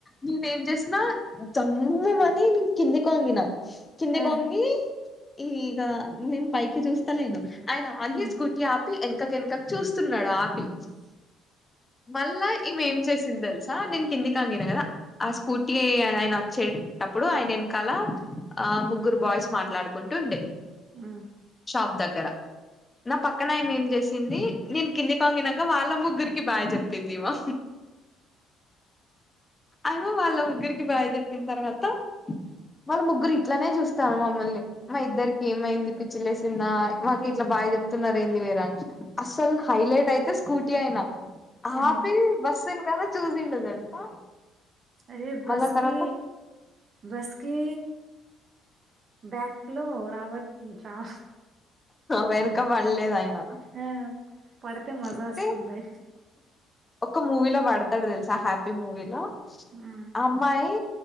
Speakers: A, on the left (about 25°); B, on the right (about 50°).
A: నేనేమ్ చేసిన జల్లుమని నేను కిందికి వంగినా కిందికి
B: ఆ
A: వంగి ఈగ నేను పైకి చూస్తాలేను ఆయన ఆగి
B: మ్మ్
A: స్కూటీ ఆపి ఎనకకేనకకు చూస్తున్నా డు ఆపి మళ్ళా ఇమేం చేసింద తెలుసా నేను కిందికి వంగిన
B: ఉమ్
A: కదా ఆ స్కూటీ ఆయన వచ్చేటప్పుడు ఆయన వెనకాల ఆ ముగ్గురు బాయ్స్ మాట్లాడుకుంటూ ఉండే
B: మ్మ్ హ్
A: షాప్ దగ్గర నా పక్కన ఆమె ఏం చేసింది నేను కింది వంగినంక వాళ్ళ ముగ్గురికి బాయ్ చెప్పినా చెప్పితివా అయిన వాళ్ళ ముగ్గురికి బాయ్ చెప్పిన తర్వాత వాళ్ళు ముగ్గురు ఇట్లనే చూస్తాన్రు మమ్మల్ని మా ఇద్దరికి ఏమైంది పిచ్చిలేసిందా అని మాకు ఇట్లా బాయ్ చెప్తున్నారు ఏంది వీరని అస్సలు హైలైట్ అయితే స్కూటీ అయనా
B: ఉమ్
A: ఆపి బస్సు వెనకాల చూసిండు తెలుసా
B: అదే బస్కి
A: మళ్ళా తర్వాత
B: బస్కి బ్యాంకు లో రావట్లే
A: వెనకాల పడలేదు ఆయన
B: ఆ పడితే మజ
A: అంటే
B: వస్తుంది
A: ఒక మూవీలో పడతాడు తెలుసా హ్యాపీ మూవీలో
B: ఉమ్
A: అమ్మాయి